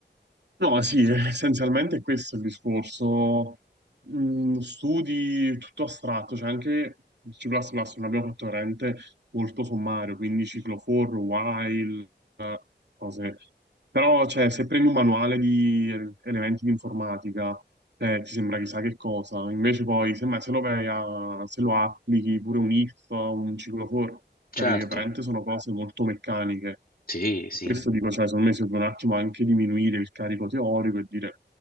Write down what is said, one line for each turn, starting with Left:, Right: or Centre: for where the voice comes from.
Right: No, sì, <laughs> essenzialmente questo è il discorso. Mm, studi tutto astratto, cioè anche il C++ non abbiamo fatto veramente molto sommario, quindi ciclo for, while, eh, cose. Però, cioè, se prendi un manuale di elementi di informatica eh, ti sembra chissà che cosa, invece poi semmai se lo, vai a- se lo applichi pure un if, un ciclofor, cioè
Left: Certo,
Right: vedi che veramente sono cose molto meccaniche.
Left: sì, sì,
Right: Per questo dico, cioè, secondo me si deve un attimo anche diminuire il carico teorico e dire